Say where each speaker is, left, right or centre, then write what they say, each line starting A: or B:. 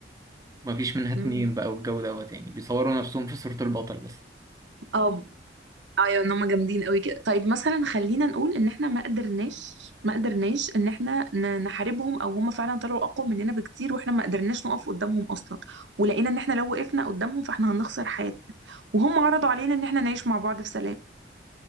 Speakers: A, on the right; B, on the right.
A: ومفيش منها اتنين
B: مم.
A: بقى والجو دوت يعني بيصوروا نفسهم في صورة البطل بس
B: اه ايوه ان هم جامدين قوي كده طيب مثلا خلينا نقول ان احنا ما قدرناش ما قدرناش ان احنا ن- نحاربهم او هم فعلا طلعوا اقوى مننا بكتير واحنا ما قدرناش نقف قدامهم اصلا ولقينا ان احنا لو وقفنا قدامهم فاحنا هنخسر حياتنا وهم عرضوا علينا ان احنا نعيش مع بعض في سلام